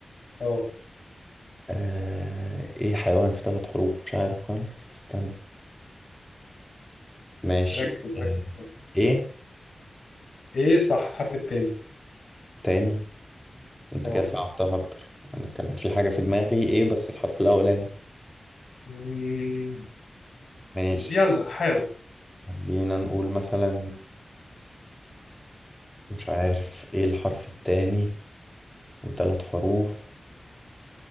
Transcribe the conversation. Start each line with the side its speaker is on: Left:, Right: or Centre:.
Left: اه
Centre: آه ايه حيوان في ثلاث حروف مش عارف خالص استنى ماشي
Left: ركز
Centre: آه،
Left: ركز
Centre: ايه
Left: ايه صح الحرف التاني
Centre: تاني انت
Left: اه
Centre: كده صعبتها اكتر انا كان في حاجة في دماغي ايه بس الحرف الاولاني
Left: مم،
Centre: ماشي
Left: يلا حاول
Centre: خلينا نقول مثلا آه، مش عارف ايه الحرف التاني وثلاث حروف